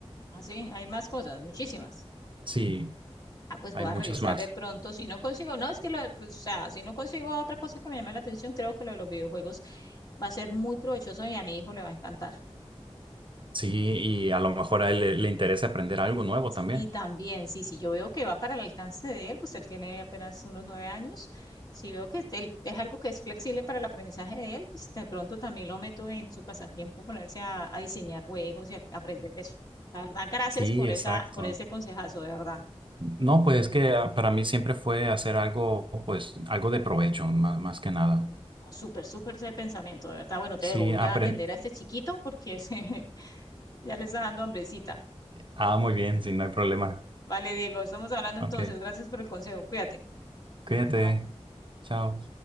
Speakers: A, on the left (about 35°); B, on the right (about 50°).
A: Así, hay más cosas, muchísimas.
B: Sí,
A: Ah, pues
B: hay
A: voy
B: muchos
A: a revisar
B: más.
A: de pronto. Si no consigo, no, es que lo, pues, o sea, si no consigo otra cosa que me llame la atención, creo que lo de los videojuegos va a ser muy provechoso y a mi hijo le va a encantar.
B: Sí, y a lo mejor a él le le interesa aprender algo nuevo también.
A: Y también, sí, sí, yo veo que va para el alcance de él, pues él tiene apenas unos nueve años. Si veo que él, es algo que es flexible para el aprendizaje de él, pues de pronto también lo meto en su pasatiempo, ponerse a, a diseñar juegos y a aprender eso. La verdad, gracias
B: Sí,
A: por
B: exacto.
A: esa, por ese consejazo, de verdad.
B: No, pues es que ah, para mí siempre fue hacer algo, pues algo de provecho, más, más que nada.
A: No, súper, súper ese pensamiento, de verdad. Bueno, te
B: Sí,
A: dejo voy
B: aprende.
A: a ir a atender a este chiquito porque <laughs> se Ya le está dando hambrecita.
B: Ah,
A: Mm,
B: muy bien, sí, no hay problema.
A: Vale, Diego, estamos hablando
B: Ok,
A: entonces. Gracias por el consejo. Cuídate.
B: cuídate.
A: Chao.
B: Chao.